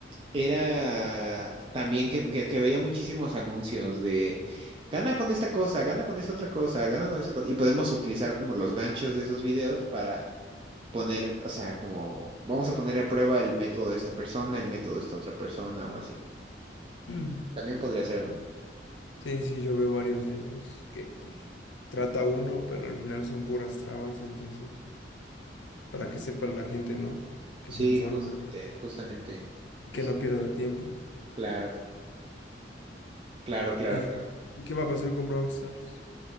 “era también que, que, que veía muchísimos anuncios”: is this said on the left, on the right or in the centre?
Right